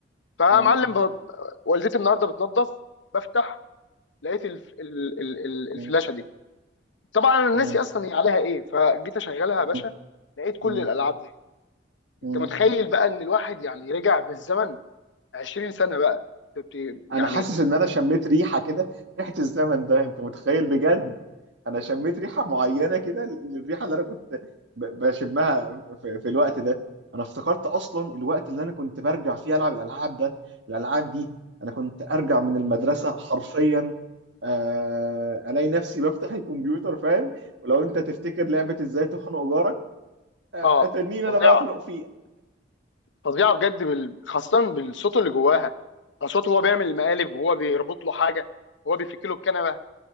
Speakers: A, on the left; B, on the right.
A: فمعلم
B: مم.
A: ب... والدتي النهارده بتنظف بفتح لقيت الف... ال... ال... ال- الفلاشه
B: مم.
A: دي طبعا انا
B: مم.
A: ناسي اصلا هي عليها ايه فجيت اشغلها
B: مم.
A: يا باشا لقيت كل
B: مم.
A: الالعاب دي
B: مم.
A: انت متخيل بقى ان الواحد يعني رجع بالزمن 20 سنه بقى بت- يعني
B: انا حاسس ان انا شميت ريحه كده ريحه الزمن ده انت متخيل بجد انا شميت ريحه معينه كده للريحه اللي انا كنت ب- بشمها في, في الوقت ده انا افتكرت اصلا الوقت اللي انا كنت برجع فيه العب الالعاب ده الالعاب دي انا كنت ارجع من المدرسه حرفيا آه، الاقي نفسي بفتح الكمبيوتر فاهم ولو انت تفتكر لعبه ازاي تخنق جارك آه،
A: اه
B: اتنين انا
A: فظيعه
B: بقى اخنق فيه
A: فظيعه بجد بال... خاصه بالصوت اللي جواها آه، صوته هو بيعمل المقالب وهو بيربط له حاجه وهو بيفك له الكنبه